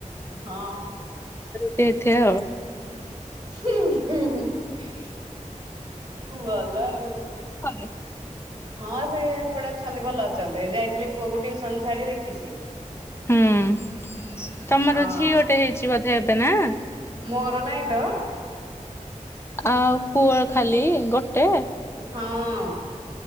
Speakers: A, on the right; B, on the left.
A: ହଁ।
B: ସେଥା
A: ଭଲ।
B: ହମେ
A: ହଁ ସେ ଏପଟେ ଅଛନ୍ତି ଭଲ ଅଛନ୍ତି ଯାଇଥିଲି ପୁଅକୁ ଟିୁସନ ଛାଡି ଦେଖିଛି।
B: ହୁଁ ତମର
A: ହଁ
B: ଝିଅ ଗୋଟେ ହେଇଛି ବଧେ ଏବେ ନା
A: ମୋର ନାହିଁ ତ।
B: ଆଉ ପୁଅ ଖାଲି ଗୋଟେ?
A: ହଁ।